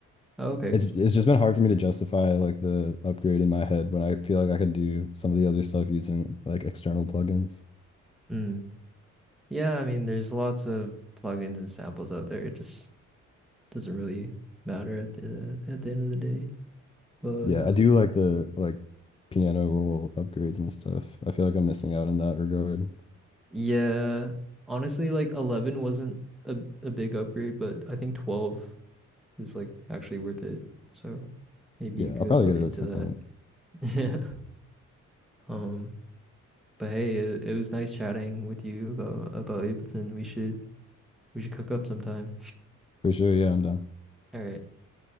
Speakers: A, in the centre; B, on the left (about 20°).
A: oh, okay.
B: it's it's just been hard for me to justify like the upgrade in my head when I feel like I could do some of the other stuff using like external plugins.
A: Mm. Yeah, I mean there's lots of plugins and samples out there. It just doesn't really matter at the at the end of the day. But
B: Yeah,
A: uh
B: I do like the like piano roll upgrades and stuff. I feel like I'm missing out in that regard.
A: Yeah, honestly, like 11 wasn't a, a big upgrade, but I think 12 is like actually worth it. So maybe
B: Yeah,
A: you could
B: I'll probably
A: look
B: get it
A: into
B: at some
A: that.
B: point.
A: <laughs> Yeah. Um, but hey, it, it was nice chatting with you about about Ableton. We should we should cook up sometime.
B: For sure, yeah, I'm down.
A: All right,